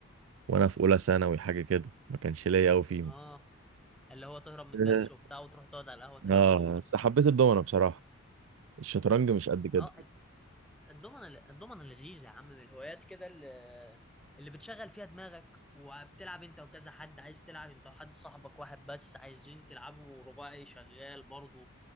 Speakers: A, on the right (about 65°); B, in the centre.
A: وأنا في أولى ثانوي حاجة كده ما كانش ليا أوي فيهم
B: اه اللي هو تهرب من
A: آه.
B: الدرس وبتاع وتروح تقعد على القهوه تلعب
A: آه
B: دومنه
A: بس حبيت الضمنة بصراحة الشطرنج مش قد كده
B: اه الدومنه الدومنه لذيذه يا عم من الهوايات كده اللي اللي بتشغل فيها دماغك وبتلعب انت وكذا حد عايز تلعب انت وحد صاحبك واحد بس عايزين تلعبوا رباعي شغال برضه